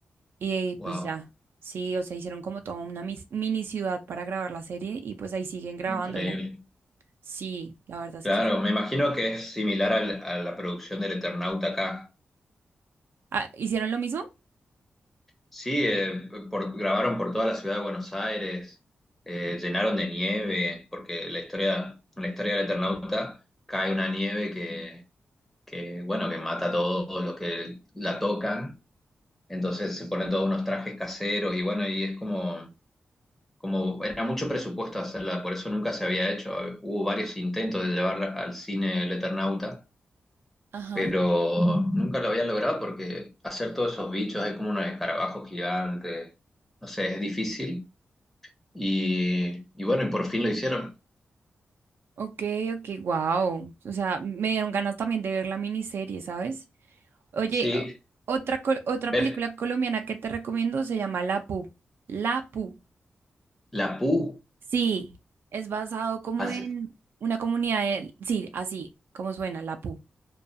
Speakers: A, on the right; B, in the centre.
A: y pues
B: Wow,
A: ya, sí, o sea, hicieron como toda una mis- mini ciudad para grabar la serie y pues ahí siguen grabándola.
B: increíble.
A: Sí, la verdad es
B: Claro,
A: que...
B: me imagino que es similar al- a la producción del Eternauta acá.
A: Ah, ¿hicieron lo mismo?
B: Sí, eh, por- grabaron por toda la ciudad de Buenos Aires, eh, llenaron de nieve, porque la historia, en la historia del Eternauta cae una nieve que, que, bueno, que mata a todos los que la tocan. Entonces se ponen todos unos trajes caseros y bueno, y es como, como era mucho presupuesto hacerla, por eso nunca se había hecho. Hubo varios intentos de llevar al cine el Eternauta
A: Ajá.
B: pero nunca lo habían logrado porque hacer todos esos bichos, hay como unos escarabajos gigantes, no sé, es difícil. Y, y bueno, y por fin lo hicieron.
A: Ok, ok, wow. O sea, me dieron ganas también de ver la miniserie, ¿sabes? Oye,
B: Sí,
A: o- otra, col- otra
B: ver,
A: película colombiana que te recomiendo se llama La Pu. La Pu.
B: la PU,
A: Sí, es basado como
B: hace-
A: en una comunidad de, sí, así como suena, Lapú,